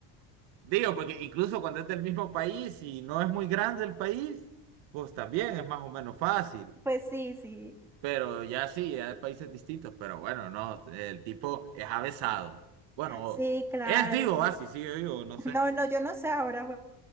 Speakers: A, on the right (about 80°); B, in the centre.
A: Digo, porque incluso cuando es del mismo país y no es muy grande el país, pues también es más o menos fácil.
B: Pues sí, sí,
A: Pero ya sí, hay países distintos, pero bueno, no, el tipo es avesado. Bueno,
B: sí, claro.
A: es, digo, así, sí, yo digo, no
B: <laughs>
A: sé.
B: No, no, yo no sé ahora, bu-